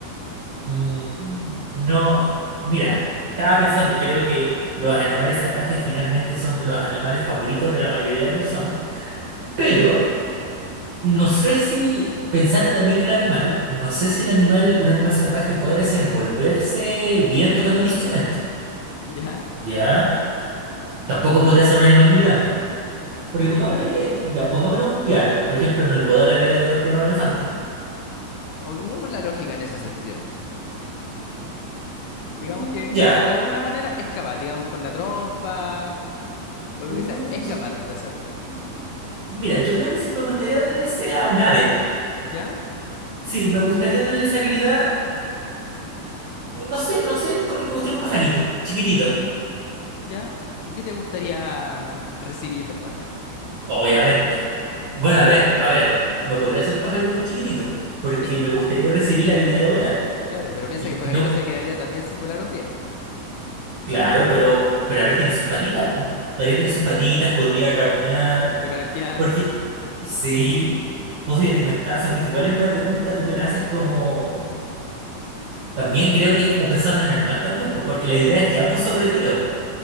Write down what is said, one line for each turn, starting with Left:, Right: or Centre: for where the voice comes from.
Right: Mm, No, mira, estaba pensando, creo que los animales salvajes finalmente son de los animales favoritos de la mayoría de personas, pero no sé si, pensando también en el animal, no sé si el animal, un animal salvaje puede desenvolverse bien tocando un instrumento,
Left: <laughs> ¿Ya?
Right: ¿ya? Tampoco podría ser un animal muy grande, porque
Left: Es que,
Right: pongámosle,
Left: sí.
Right: ya, pongámosle un piano, por ejemplo, no le puedo dar la habilidad de tocar piano a un elefante.
Left: Olvidemos la lógica en ese sentido. Digamos
Right: Mm,
Left: que
Right: Ya.
Left: de alguna manera es capaz, digamos con la trompa o lo
Right: Mm,
Left: que sea, es
Right: y-
Left: capaz de hacerlo.
Right: mm, Mira, yo creo que sí me gustaría darle cela a un ave.
Left: ¿Ya?
Right: Sí, me gustaría darle esa habilidad. No sé, no sé, porque me gustaría un pajarito, chiquitito.
Left: ¿Ya? ¿Y qué te gustaría recibir del pájaro?
Right: Obviamente. Bueno, a ver, a ver. No podría ser un pajarito muy chiquitito, porque
Left: Piens-
Right: me gustaría recibir la habilidad de volar.
Left: Claro, pero piensa
Right: Y,
Left: que el pajarito
Right: y no,
Left: se quedaría también sin volar un día.
Right: claro, pero, pero a ver, tiene sus patitas. po. Todavía tiene sus patitas, podría caminar.
Left: Tocar el piano,
Right: Porque, sí, podría alimentarse, porque igual es una pregunta, tú me la haces como. También creo que es como pensar en el animal también, pues, porque la idea es que ambos <laughs> sobrevivan.